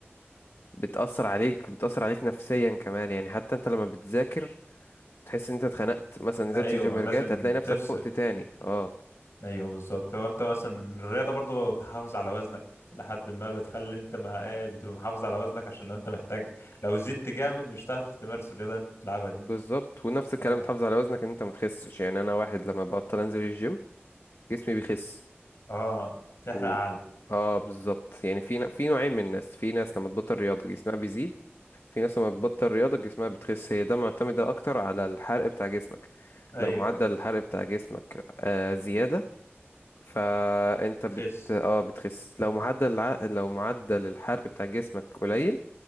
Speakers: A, on the left (about 70°); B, on the left (about 85°).
A: بتأثر عليك بتأثر عليك نفسيا كمان يعني حتى انت لما بتذاكر وتحس ان انت اتخنقت مثلا نزلت
B: ايوه
A: الجيم
B: لازم
A: رجعت هتلاقي نفسك
B: تفصل
A: فقت تاني اه
B: ايوه بالظبط هو انت مثلا الرياضه برضو بتحافظ على وزنك لحد ما بتخلي انت ما ايه بتبقى محافظ على وزنك عشان لو انت محتاج لو زدت جامد مش هتعرف تمارس الرياضه اللي انت بتلعبها دي
A: بالظبط ونفس الكلام
B: اه
A: تحافظ على وزنك ان انت ما تخسش يعني انا واحد لما
B: ف-
A: ببطل انزل الجيم جسمي بيخس
B: آه، بتحرق
A: و...
B: عقل
A: اه بالظبط يعني في ن... في نوعين من الناس في ناس لما تبطل رياضة جسمها بيزيد في ناس لما بتبطل رياضة جسمها بتخس هي ده معتمدة أكتر على الحرق بتاع جسمك
B: ايوه
A: لو معدل
B: ايوه
A: الحرق بتاع جسمك آه زيادة فأنت
B: بتخس
A: بت اه بتخس لو معدل الع... لو معدل الحرق بتاع جسمك قليل